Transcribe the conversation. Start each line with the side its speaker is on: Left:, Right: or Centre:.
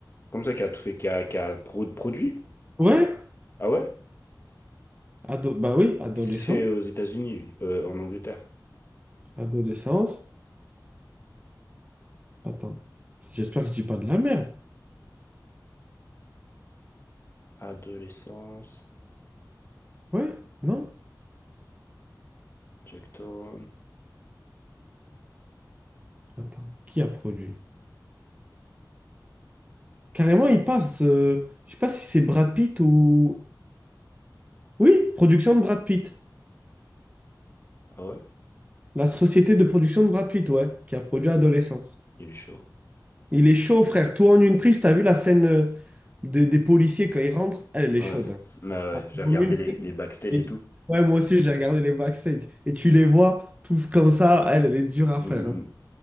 Left: Comme ça, qui a tout fait, qui a, qui a pro- produit.
Right: Ouais,
Left: Ah ouais?
Right: Ado- bah oui, adolescent.
Left: Qu'est-ce qu'il fait aux États-Unis, lui? Euh, en Angleterre.
Right: Adolescence. Attends. J'espère que je dis pas de la merde.
Left: Adolescence,
Right: Ouais? Non?
Left: Jack Thorne.
Right: Attends. Qui a produit? Carrément, il passe. euh, je sais pas si c'est Brad Pitt ou. Oui, production de Brad Pitt.
Left: Ah ouais?
Right: La société de production de Brad Pitt, ouais, qui a produit Adolescence.
Left: Il est chaud.
Right: Il est chaud, frère. Toi en une prise, t'as vu la scène euh, des, des policiers quand ils rentrent? Elle, elle
Left: Ah
Right: est chaude.
Left: Ouais.
Right: hein.
Left: Mais ouais,
Right: Ah,
Left: j'ai
Right: c'est
Left: regardé
Right: en une
Left: les,
Right: prise.
Left: les backstage
Right: Et-
Left: et tout.
Right: Ouais, moi aussi, j'ai regardé les backstage. Et tu les vois tous comme ça. Elle, elle est dure à
Left: Mm,
Right: faire.
Left: mm,
Right: hein.
Left: mm.